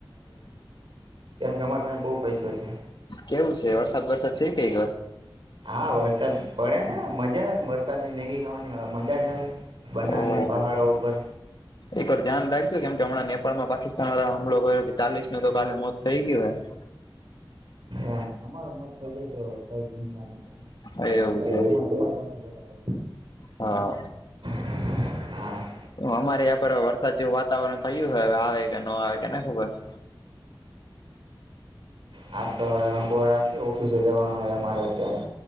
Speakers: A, on the right; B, on the left.
A: કેમ કે અમારે પાસે બહુ પૈસો છે
B: કેવું છે વરસાદ બરસાદ છે, કઈક
A: હા વરસાદ પડે ને મજા આવે વરસાદને મેગી ખાવાની અવે મજા જ આવે બનાવીને
B: ઓહ
A: પહાડો ઉપર
B: એક વાત ધ્યાન રાખજો કેમ કે હમણાં નેપાળમાં પાકિસ્તાન વાળા હમલો કરયો ચાલીનું તો કાલે મોત થઈ ગયું હોય <inaudible>
A: એમ અમાર મોત થઈ જાય તો કઈ ચિંતા નથી
B: હે એવું છે
A: એ બધા હોય જ છે.
B: હા.
A: હા.
B: અમારે યા પર વરસાદ જેવું વાતાવરણ થયું હવે આવે કે ન આવે કે ને ખબર <inaudible>
A: હા તો હવે અમે કોલ રાખી ઓફિસે જવાનું હોય અમારે અત્યારે